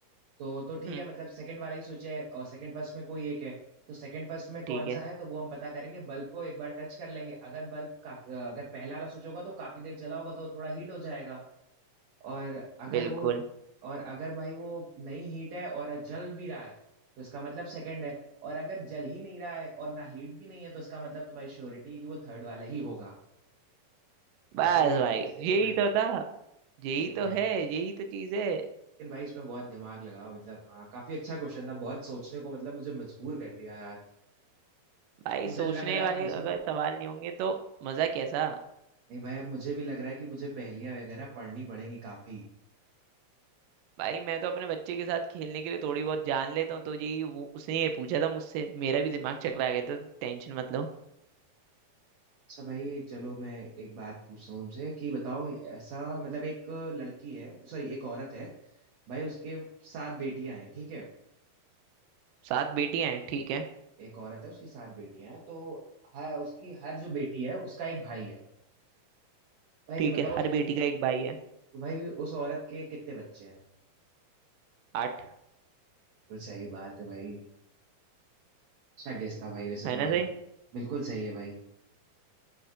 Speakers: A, on the right (about 65°); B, on the right (about 80°).
A: तो तो ठीक
B: हम्म
A: है मतलब सेकंड वाला ही स्विच है और सेकंड फर्स्ट में कोई एक है तो सेकंड फर्स्ट में कौन
B: ठीक
A: सा
B: है
A: है तो वो हम पता करेंगे बल्ब को एक बार टच कर लेंगे अगर बल्ब काफी अगर पहला वाला स्विच होगा तो काफी देर चला होगा तो थोड़ा हीट हो जाएगा और अगर
B: बिल्कुल
A: वो और अगर भाई वो नहीं हीट है और जल भी रहा है तो इसका मतलब सेकंड है और अगर जल ही नहीं रहा है और ना हीट भी नहीं है तो इसका मतलब तो भाई श्योरिटी है कि वो थर्ड वाला ही होगा तो
B: बस
A: क्या ये आंसर
B: भाई
A: बराबर सही
B: यही
A: है भाई
B: तो था यही
A: अरे
B: तो
A: भाई
B: है यही तो चीज है
A: लेकिन भाई इसमें बहुत दिमाग लगा मतलब हाँ काफी अच्छा क्वेश्चन था बहुत सोचने को मतलब मुझे मजबूर कर दिया यार
B: भाई
A: मुझे
B: सोचने
A: लग रहा है
B: वाले
A: अब ओके मुझे
B: अगर सवाल नहीं होंगे तो मजा कैसा
A: नहीं भाई अब मुझे भी लग रहा है कि मुझे पहेलियां वगैरह पढ़नी पड़ेंगी काफी
B: भाई मैं तो अपने बच्चे के साथ खेलने के लिए थोड़ी बहुत जान लेता हूँ तो यही वो उसने ये पूछा था मुझसे मेरा भी दिमाग चकरा गया था टेंशन मत लो
A: अच्छा भाई चलो मैं एक बात पूछता हूँ तुमसे कि बताओ ऐसा मतलब एक लड़की है सॉरी एक औरत है भाई उसके सात बेटियां हैं ठीक है
B: सात बेटियां हैं ठीक है
A: एक औरत है उसकी सात बेटियां हैं तो हाँ उसकी हर जो बेटी है उसका एक भाई है भाई
B: ठीक
A: ये बताओ
B: है हर बेटी का एक भाई है
A: तो भाई उस औरत के कितने बच्चे हैं
B: आठ
A: बिल्कुल सही बात है भाई अच्छा गेस था भाई वैसे
B: है
A: तुम्हारा
B: ना सही
A: बिल्कुल सही है भाई